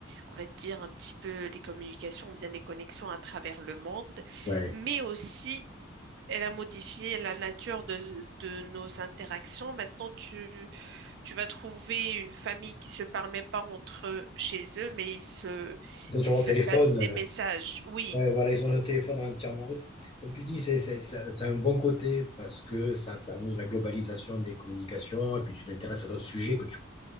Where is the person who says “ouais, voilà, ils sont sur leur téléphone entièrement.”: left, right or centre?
Left